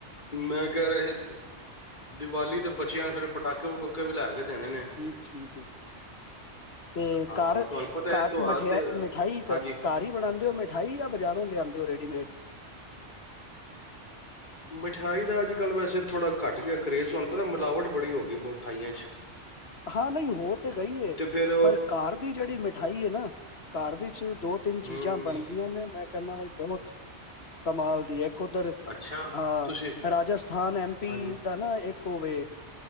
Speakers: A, on the left; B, on the left.
A: ਮੈਂ ਕਹਿ ਰਿਹਾ ਸੀ ਦੀਵਾਲੀ ਦੇ ਬੱਚਿਆਂ ਫਿਰ ਪਟਾਕੇ ਪਟੂਕੇ ਵੀ ਲੈ ਕੇ ਦੇਣੇ ਨੇ।
B: ਠੀਕ ਠੀਕ ਹੈ
A: ਹਾਂ
B: ਤੇ ਘਰ
A: ਤੁਹਾਨੂੰ ਪਤਾ ਹੈ
B: ਘਰ
A: ਤਿਉਹਾਰ ਤੇ
B: ਮਠਿਆਈ
A: ਹਾਂਜੀ
B: ਘਰ ਹੀ ਬਣਾਉਂਦੇ ਹੋ ਮਿਠਾਈ ਜਾਂ ਬਜ਼ਾਰੋਂ ਲਿਆਦੇ ਹੋ ਰੇਡੀਮੇਡ।
A: ਮਿਠਾਈ ਦਾ ਅੱਜ ਕੱਲ੍ਹ ਵੈਸੇ ਥੋੜ੍ਹਾ ਘੱਟ ਗਿਆ ਕਰੇਜ਼ ਤੁਹਾਨੂੰ ਪਤਾ ਮਿਲਾਵਟ ਬੜੀ ਹੋ ਗਈ ਮਿਠਾਈਆਂ 'ਚ
B: ਹਾਂ ਨਹੀਂ ਹੋ ਤੇ ਗਈ
A: ਤੇ ਫੇਰ
B: ਪਰ ਘਰਰ ਦੀ ਜਿਹੜੀ ਮਿਠਾਈ ਹੈ ਨਾ ਘਰ ਦੇ ਵਿੱਚ ਦੋ ਤਿੰਨ ਚੀਜ਼ਾਂ
A: ਹਮ
B: ਬਣਦੀਆਂ ਨੇ ਮੈਂ ਕਹਿਣਾ ਬਾਈ ਬਹੁਤ ਕਮਾਲ ਦੀ ਇੱਕ ਉਧਰ
A: ਅੱਛਾ
B: ਹਾਂ
A: ਤੁਸੀਂ
B: ਰਾਜਸਥਾਨ ਐਮ ਪੀ
A: ਹਾਂਜੀ
B: ਦਾ ਨਾ ਇੱਕ ਔਵੇ